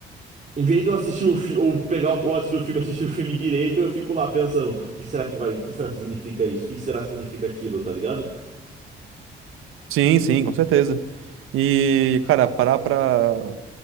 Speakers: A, on the right; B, on the right.
A: Em vez de eu assistir o fi- ou pegar o plot do filme, e assistir o filme direito, eu fico lá pensando, o que que será que vai, o que será que significa isso? O que que será que significa aquilo, tá ligado?
B: sim, sim, com certeza. E, cara, parar pra,